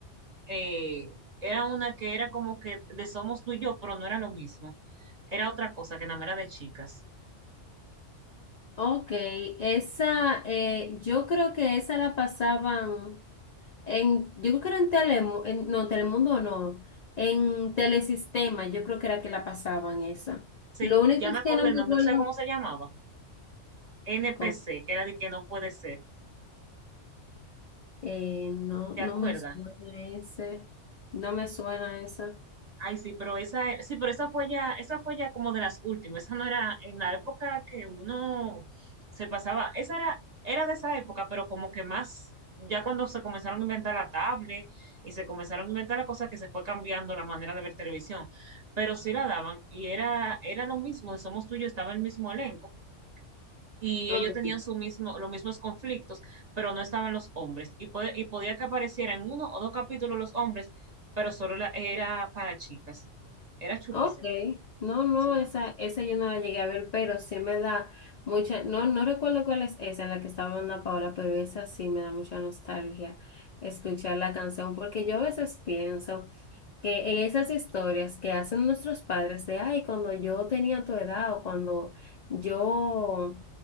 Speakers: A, on the right; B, on the left.
A: eh, era una que era como que de Somos tú y yo, pero no era lo mismo. Era otra cosa que nada más era de chicas.
B: Ok, esa, eh, yo creo que esa la pasaban en, yo creo que era en Telemundo, no, Telemundo no, en Telesistema, yo creo que era que la pasaban esa.
A: Sí,
B: Lo único
A: ya
B: es
A: me acordé
B: que no me
A: el nombre,
B: acuerdo.
A: ¿tú sabes cómo se llamaba? NPC,
B: ¿cómo?
A: que era de que no puede ser.
B: Eh, no,
A: ¿Te
B: no
A: acuerdas?
B: me suena ese. No me suena esa.
A: Ay, sí, pero esa, era- sí, pero esa fue ya, esa fue ya como de las últimas. Esa no era en la época que uno se pasaba, esa era, era de esa época, pero como que más, ya cuando se comenzaron a inventar la tablet y se comenzaron a inventar la cosa que se fue cambiando la manera de ver televisión. Pero sí la daban, y era, era lo mismo, de Somos Tuyos, estaba el mismo elenco y
B: okay
A: ellos tenían su mismo, los mismos conflictos, pero no estaban los hombres. Y, puede- y podía que aparecieran en uno o dos capítulos los hombres, pero solo la- era para chicas. Era chulísimo.
B: Ok. No, no,
A: Sí.
B: esa, esa yo no la llegué a ver, pero sí me da mucha. No, no recuerdo cuál es esa en la que estaba Ana Paola, pero esa sí me da mucha nostalgia escuchar la canción, porque yo a veces pienso. que en esas historias que hacen nuestros padres de, ay, cuando yo tenía tu edad o cuando yo